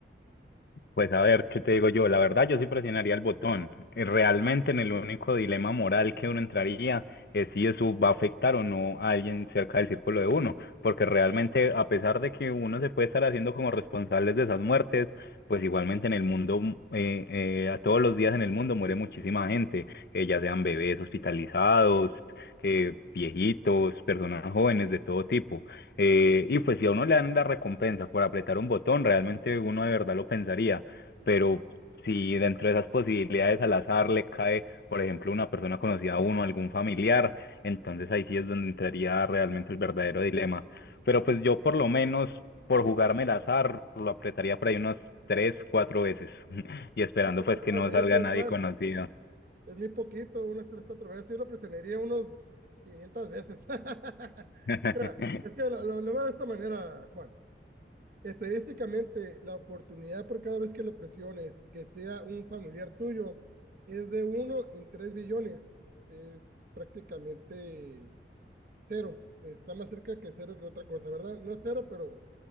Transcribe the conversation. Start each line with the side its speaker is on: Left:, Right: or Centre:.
Left: Pues a ver, ¿qué te digo yo? La verdad, yo sí presionaría el botón. Eh, Realmente en el único dilema moral que uno entraría es si eso va a afectar o no a alguien cerca del círculo de uno, porque realmente a pesar de que uno se puede estar haciendo como responsables de esas muertes, pues igualmente en el mundo, eh, eh, a todos los días en el mundo muere muchísima gente, eh, ya sean bebés hospitalizados, eh, viejitos, personas jóvenes de todo tipo. Eh, y pues si a uno le dan la recompensa por apretar un botón, realmente uno de verdad lo pensaría pero si dentro de esas posibilidades al azar le cae, por ejemplo, una persona conocida a uno, algún familiar, entonces ahí sí es donde entraría realmente el verdadero dilema. Pero pues yo por lo menos, por jugarme el azar, lo apretaría por ahí unas tres, cuatro veces <laughs> y esperando
Right: Qué poquitas
Left: pues que no
Right: veces,
Left: salga nadie
Right: Juan.
Left: conocido.
Right: Es muy poquito, unas tres, cuatro veces. Yo lo presionaría unos 500 veces. <laughs>
Left: <laughs>
Right: Mira, es que lo, lo, lo veo de esta manera, Juan. Estadísticamente, la oportunidad por cada vez que lo presiones, que sea un familiar tuyo, es de uno en 3 billones. Es prácticamente cero. Está más cerca que cero que otra cosa, ¿verdad? No es cero, pero